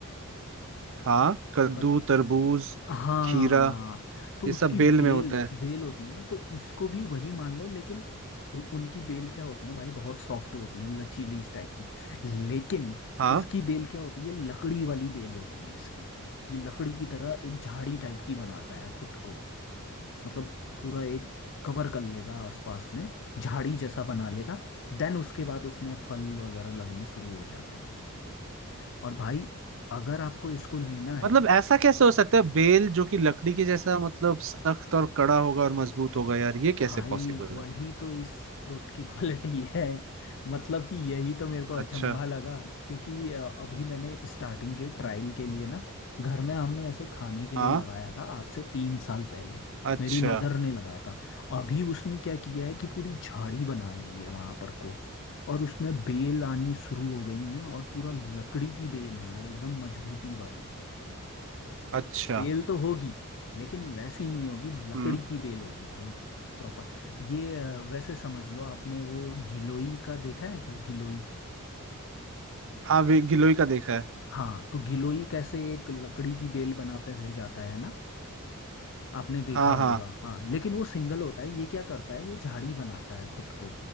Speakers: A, on the right; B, on the left.
A: हाँ कद्दू
B: कद,
A: तरबूज
B: हाँ
A: खीरा
B: तो
A: ये
B: उसकी
A: सब बेल
B: बेल
A: में होता है
B: बेल होती है ना तो इसको भी वही मान लो लेकिन उ, उनकी बेल क्या होती है भाई बहुत सॉफ्ट होती है लचीली इस टाइप की लेकिन
A: हाँ
B: इसकी बेल क्या होती है लकड़ी वाली बेल होती है इसकी ये लकड़ी की तरह एक झाड़ी टाइप की बनाता है खुद को मतलब पूरा एक कवर कर लेगा आसपास में झाड़ी जैसा बना लेगा देन उसके बाद उसमें फल वगैरह लगने शुरू हो जाते हैं और भाई अगर आपको इसको लेना है
A: मतलब ऐसा कैसे हो सकता है बेल जो कि लकड़ी के जैसा मतलब सख्त और कड़ा होगा और मजबूत होगा यार ये कैसे
B: भाई
A: पॉसिबल
B: वही
A: है
B: तो इस फ्रूट की क्वालिटी <laughs> है मतलब कि यही तो मेरे को अचंभा
A: अच्छा
B: लगा क्योंकि अ, अभी मैंने स्टार्टिंग के ट्रायल के लिए ना घर में हमने ऐसे खाने के लिए
A: हाँ
B: लगाया था आज से तीन साल पहले
A: अच्छा
B: मेरी मदर ने लगाया था अभी उसने क्या किया है कि पूरी झाड़ी बना ली है वहां पर को और उसमें बेल आनी शुरू हो गई है और पूरा लकड़ी की बेल है वो एकदम मजबूती वाली
A: अच्छा
B: बेल तो होगी लेकिन वैसी नहीं होगी लकड़ी
A: हम्म
B: की बेल होगी भाई प्रॉपर ये अ, वैसे समझ लो आपने वो गिलोई का देखा है क्या गिलोई
A: हाँ वे- गिलोय का देखा है
B: हाँ तो गिलोई कैसे एक लकड़ी की बेल बनाते हुए जाता है ना आपने देखा
A: हाँ
B: होगा
A: हाँ
B: हाँ लेकिन वो सिंगल होता है ये क्या करता है ये झाड़ी बनाता है खुद को